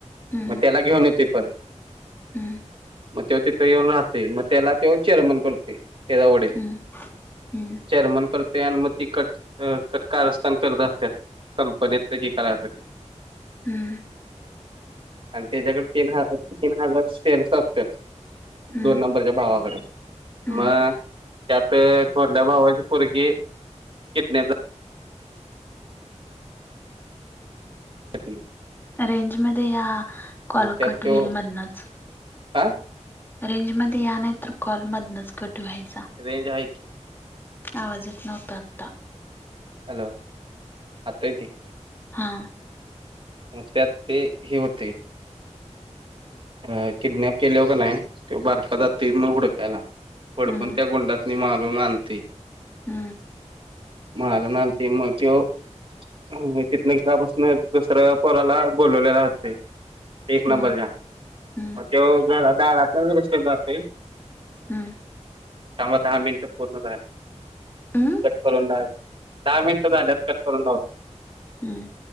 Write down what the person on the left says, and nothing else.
हम्म
हम्म
हम्म हम्म
हं...
हम्म
हम्म
रेंजमध्ये या, कॉल
कट
होईल मधनंच.
रेंजमध्ये या नाही तर, कॉल मधनंच कट व्हायचा.
आवाज येत नव्हता आत्ता.
हा.
हम्म
ह..
हम्म
हम्म
हा...
हम्म.
हम्म.